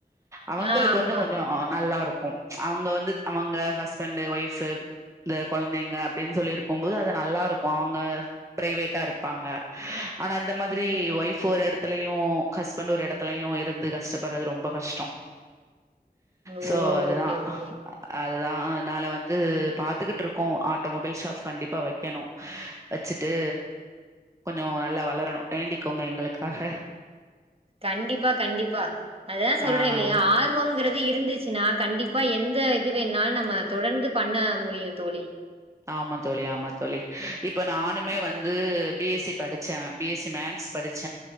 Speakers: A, on the right (about 20°); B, on the right (about 35°).
A: அவங்களுக்கு
B: ஆ ஆமா
A: வந்து கொஞ்சோ நல்லாருக் கும் அவங்க வந்து அவங்க ஹஸ்பண்ட் ஒய்ஃபு இந்த கொளந்தெங்க அப்டின் சொல்லி இருக்குபோது அது நல்லாருக்கு அவங்க பிரைவேட்டா இரு ப்பாங்க ஆனா இந்த மாதிரி
B: ம்
A: ஒய்ஃப் ஒரு எட த்லயு ஹஸ்பண்ட் ஒரு எடத்துலையு இருந்து கஷ்டப்பறது ரொம்ப கஷ்டோ
B: ஓ
A: சோ அதுதா
B: ஓகே ஓகே
A: அ ஆனால வந்து பாத்துக்கிட்டு இருக்கோ ஆட்டோமொபைல் ஷாப் கண்டிப்பா வக்கணு வச்சுட்டு கொஞ்சோ நல்லா வளரணு வேண்டிக்கொங்க எங்களுக்காக
B: கண்டிப்பா கண்டிப்பா அதா சொல்றேலியா
A: ஆ
B: ஆர்வங்கறது இருந் இருந்துச்சுன்னா கண்டிப்பா எந்த இது வேணாலு நம்ம தொடர்ந்து பண்ண முடியு தோழி
A: ஆமா தோழி ஆமா தோழி இப்ப நானுமே
B: ம்
A: வந்து பி எஸ் சி படிச்ச பி எஸ் சி ம ஷ்ஸ் படிச்ச